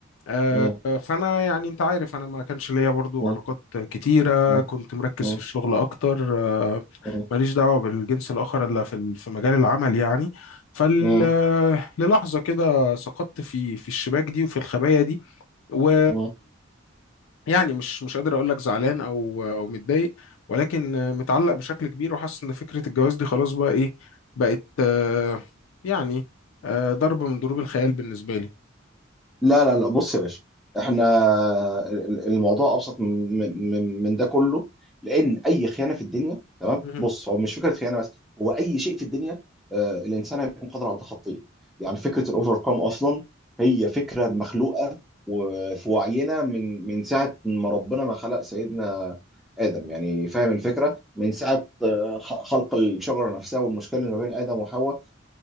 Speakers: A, on the left; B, in the centre.
A: آه،
B: اه
A: فأنا يعني أنت عارف أنا ما كانش ليا برضو
B: اه
A: علاقات كتيرة
B: اه
A: كنت مركز
B: اه
A: في الشغل أكتر آه،
B: اه
A: ماليش دعوة بالجنس الآخر إلا في ال- في مجال العمل يعني فال
B: اه
A: آه، للحظة كده سقطت في في الشباك دي وفي الخبايا دي و
B: اه
A: يعني مش مش قادر اقول لك زعلان او او متضايق ولكن متعلق بشكل كبير وحاسس ان فكره الجواز دي خلاص بقى ايه بقت آه، يعني آه، ضربه من ضروب الخيال بالنسبه لي
B: لا لا لا بص يا باشا احنا ال- الموضوع ابسط من من من من ده كله لان اي خيانه في الدنيا تمام
A: مهم.
B: بص هو مش فكره خيانه بس هو اي شيء في الدنيا آه، الانسان هيكون قادر على تخطيه يعني فكره الاوفر كام اصلا هي فكره مخلوقه وفي وعينا من من ساعه ما ربنا ما خلق سيدنا ادم يعني فاهم الفكره من ساعه آه، خ- خلق الشجره نفسها والمشكله اللي ما بين ادم وحواء